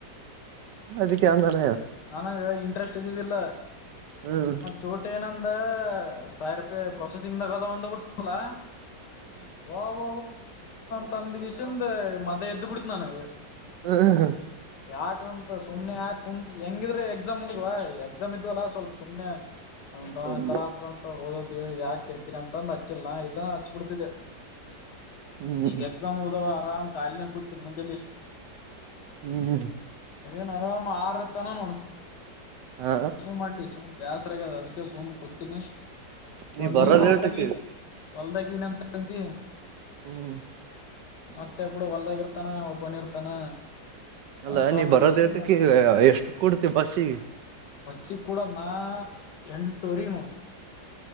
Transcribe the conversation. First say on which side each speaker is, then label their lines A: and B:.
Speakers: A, on the right (about 75°); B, on the left (about 70°).
A: ಹ ಅದಕ್ಕೆ ಅಂದಾನ
B: ನನಾಗ ಇಂಟ್ರೆಸ್ಟ್ ಇದ್ದಿದ್ದಿಲ್ಲ
A: ಹ್ಮ್
B: ಚೋಟ ಏನಂದ ಸಾವಿ ರಪ ಪ್ರಸೆಸಿಂಗ್ ದ ಕದಾಂದ ಬ ಬಿಟ್ಟು ಲ ಅಬಬ ತಂದ ಕಷಂದ ಮದ ಎ್ದ ಬಿಡ್ತನನಗೆ
A: ಹ್ಮ್
B: ಯಾಕಂತ ಸುಮಮ್ಮನೆ ಯಾಕ್ ಹಂದು ಹೆಂಗಿದ್ರೆ ಎಕ್ಸಾಮ್ ಮುಗ್ವಾ ಎಕ್ಸಾಮ್ ಇದ್ವಲ್ಲ ಸ್ವಲ್ಪ ಸುಮ್ನೆ ಅ
A: ಹ್ಮ್
B: ತರಂತ ಹೋದ ಯಾಕ ಕಿರಿಕಿರಿ ಅಂತಂದು ಹಚ್ಚಿಲ್ಲಾ ಇಲ್ಲ ಹಚ್ ಬಿಡ್ತಿದ್ದೆ
A: ಹ್ಮ್
B: ಈಗ ಎಕ್ಸಾಮ್ ಮುಗದಾವ ಆರಾಮ ಕಾಲಿನ ಕುೂತಿನ್ ಮುಂಜ
A: ಹ್ಮ್
B: <inaudible> ಏನು ಆರಾಮ್ ಆರು ಹ ನೋಡ
A: ಹಾ
B: ನೀವ ಮಾಡ್ಲಿ ಸೋಮ ಬ್ಯಾಸ್ರಾಗ ಅದಕ ಸುಮ್ ಕುತಿಣಿ
A: ನೀ ಬರೋದೇಟಕ್ಕೆ
B: ನೀನ್ ಹೊಲ್ದಾಗನ್ ಹೊಲ್ದಾಗ ನಂತಿ
A: ಹ್ಮ್
B: ಮತ್ತೆ ಕೂಡ ಹೊಲ್ದಾಗಿ ಇರ್ತಾನ ಒಬ್ಬನ ಇರ್ತಾನ
A: ಅಲ್ಲ
B: ಅಂತ
A: ನೀ
B: ಅಂದಗಿಸಿಂದ
A: ಬರೋದ ಟಕ್ಕೆ ಎಷ್ಟು ಕುಡ್ತ ಪಸಿ
B: ಬಸ್ಸಿಗೆ ಕೂಡ ನಾ ಎಂಟುವರೆ ನೋಡ